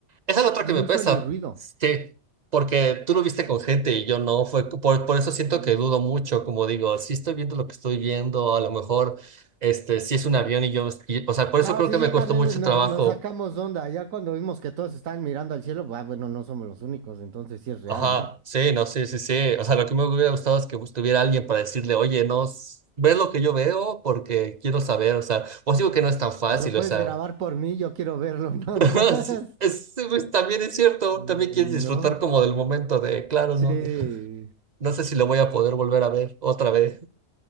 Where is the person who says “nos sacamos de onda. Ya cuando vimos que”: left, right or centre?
Right